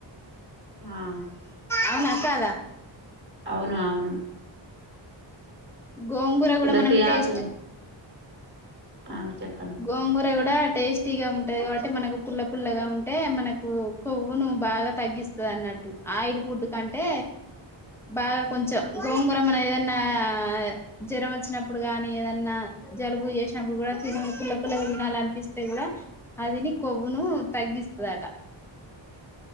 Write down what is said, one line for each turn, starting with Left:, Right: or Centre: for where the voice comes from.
Right: ఆ
Centre: అవునా కాదా
Right: అవును అవును
Centre: గోంగూర
Right: తులసి
Centre: కూడా మనకు టేస్ట్
Right: ఆకు ఆ చెప్పండి
Centre: గోంగూర కూడా టేస్టీ గా ఉంటది కాబట్టి మనకు పుల్ల పుల్లగా ఉంటే మనకు కొవ్వును బాగా తగ్గి స్త ట్టు ఆయిల్ ఫుడ్ కంటే బాగా కొంచెం గోంగురా మన ఏదన్నా న్నా జ్వరం వచ్చినప్పుడు గాని ఏదన్నా జలుబు చేసినప్పుడు కూడా తినలే పుల్ల పుల్ల అల అనిపిస్తే కూడా అదిని కొవ్వును తగ్గిస్తదట